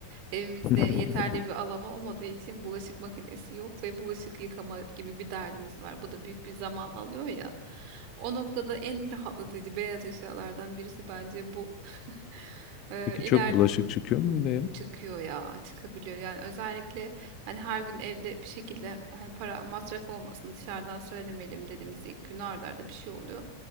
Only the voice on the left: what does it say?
<laughs>
Peki çok
bulaşık çıkıyor mu öyle ya?